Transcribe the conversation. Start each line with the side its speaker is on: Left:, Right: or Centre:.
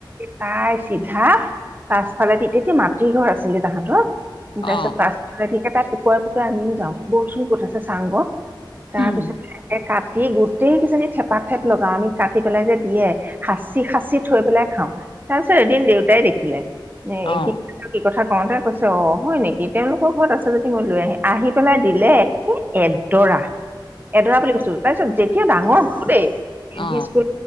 Right: তাই চিধা পাছফালে তেতিয়াতে মাতৃ ঘৰ আছিলে তাহাঁতৰ তাৰপিছত
Left: অ
Right: পাছফালে ঠিকে তাই পুকৰে পুকৰে আমিও যাওঁ বুলচোন ক'ত আছে চাংগ কহ
Left: হম
Right: তাৰপিছত কাটি গোট গোটেই কেইজনি থেপা থেপ লগাও আমি কাটি পেলাই যে দিয়ে সাঁচি খাচি থৈ পেলাই খাওঁ তাৰ পিছত এদিন দেউতাই দেখিলে এ
Left: অ
Right: কি কি কথা কওঁতেই কৈছে অ হয় নেকি তেওঁলোকৰ ঘৰত আছে যদি মই লৈ আহি আহি পেলাই দিলে একে এদৰে এডৰা বুলি কৈছো তাৰপিছত যেতিয়া ডাঙৰ
Left: ইচ
Right: হল দেই এল
Left: অ
Right: P school